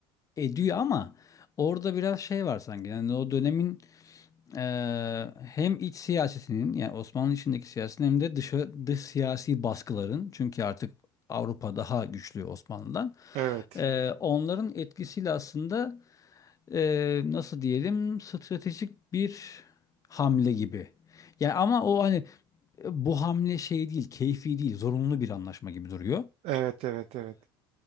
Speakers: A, on the left; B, on the right.
A: ediyor ama orada biraz şey var sanki. Yani o dönemin e, hem iç siyasetinin yani Osmanlı içindeki siyasetin hem de dışı, dış siyasi baskıların çünkü artık Avrupa daha güçlü Osmanlı'dan.
B: evet.
A: e, onların etkisiyle aslında e, nasıl diyelim stratejik bir hamle gibi. Yani ama o hani e, bu hamle şey değil, keyfi değil, zorunlu bir anlaşma gibi duruyor.
B: Evet evet evet.